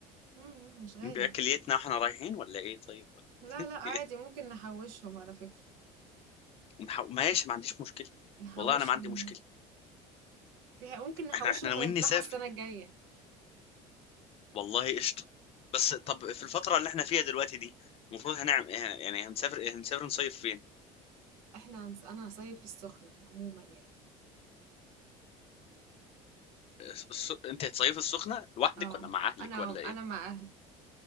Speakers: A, on the right; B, on the left.
A: مم، مش غالي
B: باكليتنا احنا رايحين ولا ايه طيب <laughs> ولا
A: لا لا عادي
B: إيه؟
A: ممكن نحوشهم على فكرة
B: ونح- ماشي ما عنديش مشكلة
A: نحوشهم
B: والله انا ما عندي مشكلة
A: فيها ممكن نحوشهم
B: احنا احنا ناويين
A: ونطلعها
B: نسافر
A: السنة الجاية
B: والله قشطة بس طب في الفترة اللي احنا فيها دلوقتي دي المفروض هنعمل إيه؟ يعني هنسافر إيه؟ هنسافر نصيف فين
A: احنا هنس... انا هصيف في السخنة عموما يعني
B: الس... انت هتصيفي السخنه لوحدك
A: اه
B: ولا مع اهلك
A: انا
B: ولا ايه
A: انا مع اهلي